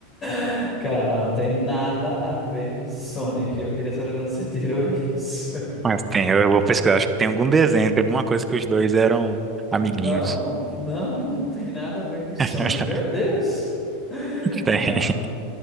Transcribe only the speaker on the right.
Mas tem, eu vou pesquisar, acho que tem algum desenho, tem alguma coisa que os dois eram amiguinhos.
<laughs>
Tem.